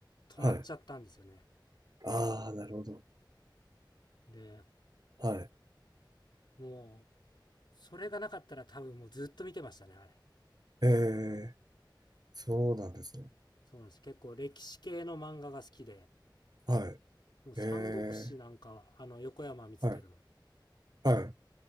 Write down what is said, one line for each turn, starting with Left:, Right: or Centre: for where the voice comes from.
Left: 止まっちゃったんですよね。
Right: はい。ああ、なるほど。
Left: で、
Right: ああ、はい。
Left: もう、それがなかったら多分もうずっと見てましたね、あれ。
Right: ええ、そうなんですね。
Left: そうなんです。結構歴史系の漫画が好きで、
Right: はい。
Left: もう三国志なんかは、
Right: ええ、
Left: あの、横山光輝の。
Right: はい。はい。